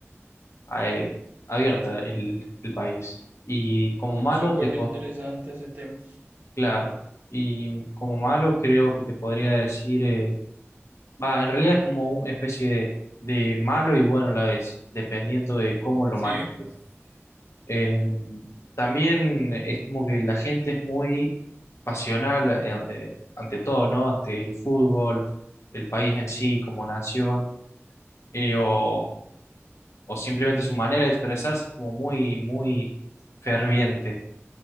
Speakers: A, on the left; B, on the right.
A: a- eh, abierta el, el país. Y como malo,
B: súper
A: te po-
B: interesante ese tema.
A: claro, y como malo creo que te podría decir, eh, va, en realidad es como una especie de, de malo y bueno a la vez, dependiendo de cómo lo
B: Sí.
A: mates. pues. Eh, también es como que la gente es muy pasional eh, eh, ante todo, ¿no? Ante el fútbol, el país en sí como nación, eh, o, o simplemente su manera de expresarse es como muy, muy ferviente.